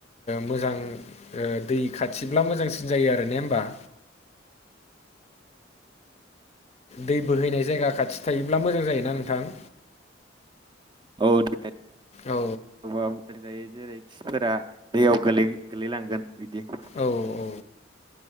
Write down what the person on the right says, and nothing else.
औ दे
बबावबा जायो जेरै खिफोरा दैयाव गोलैलांगोन बिदि